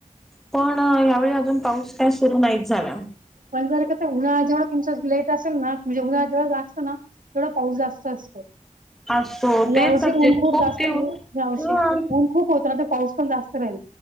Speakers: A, in the centre; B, on the right.
A: पण ह्यावेळी अजून पाऊस काय सुरू नाहीत झाला
B: पण जर कसं उन्हाळा जेवळ तुमचं लेट असेल ना एवढा जोर लागतो न थोडा पाऊस जास्त असतो
A: असो तेच
B: यावर्षी
A: जे
B: ऊन खूप जास्त
A: तीव्र
B: <unintelligible> यावर्षी
A: ह
B: ऊन खूप होत तर पाऊस पण जास्त राहील